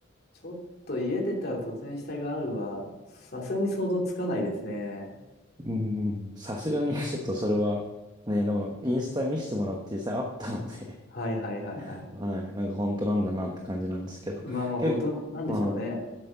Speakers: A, on the left; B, on the right.
A: ちょっと家出たら突然死体があるは、さすがに想像つかないですね。
B: い。うん、さすがに <laughs> ちょっとそれは、ね、でも、インスタ見せてもらって実際あったので
A: はいはいはいはい。
B: <laughs> はい、なんか本当なんだなって感じなんですけど。
A: まあまあ、
B: 結構、
A: 本当なんでしょうね。
B: は